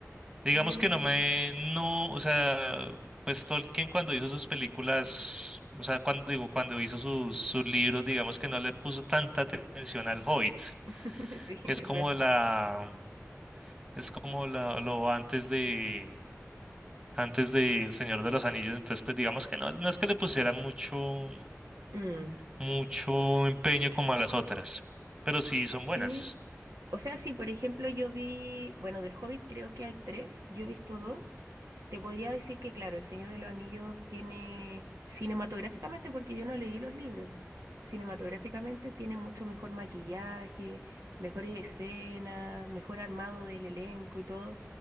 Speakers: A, on the right (about 20°); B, on the right (about 85°).
A: Digamos
B: Uh,
A: que no me, no, o sea, pues Tolkien cuando hizo sus películas, o sea, cuando digo, cuando hizo sus, sus libros, digamos que no le puso tanta atención al Hobbit.
B: <laughs> sí,
A: Es
B: es
A: como
B: verdad.
A: la, es como la, lo antes de, antes de El Señor de los Anillos. Entonces, pues digamos que no, no es que le pusiera mucho,
B: Mm,
A: mucho empeño como a las otras, pero sí son buenas.
B: Sí, O sea, sí. por ejemplo yo vi, bueno, del Hobbit creo que hay tres, yo he visto dos. Te podría decir que, claro, El Señor de los Anillos tiene, cinematográficamente, porque yo no leí los libros, cinematográficamente tiene mucho mejor maquillaje, mejores escenas, mejor armado del elenco y todo.